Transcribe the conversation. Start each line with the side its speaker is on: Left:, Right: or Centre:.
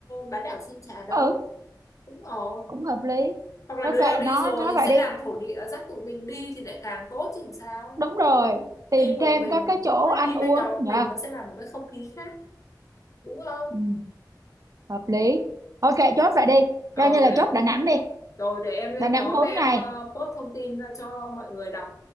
Left: bán đảo Sơn Trà đâu
Right: ừ
Left: đúng rồi
Right: cũng hợp lý
Left: hoặc là
Right: thôi
Left: đứa
Right: kệ
Left: nào đi
Right: nó
Left: rồi
Right: nói
Left: thì
Right: vậy
Left: sẽ
Right: đi
Left: làm thổ địa dắt tụi mình đi thì lại càng tốt chứ làm sao
Right: đúng rồi tìm
Left: đi một
Right: thêm
Left: mình
Right: các cái chỗ
Left: với
Right: ăn
Left: đi
Right: uống
Left: với nhóm
Right: nha
Left: của mình nó sẽ là một cái không khí khác đúng không
Right: ừ, hợp lý ok chốt vậy đi
Left: ờ
Right: coi như là
Left: để
Right: chốt Đà Nẵng đi
Left: Rồi để em lên
Right: Đà Nẵng
Left: nhóm
Right: bốn
Left: em
Right: ngày
Left: ờ, post thông tin ra cho mọi người đọc.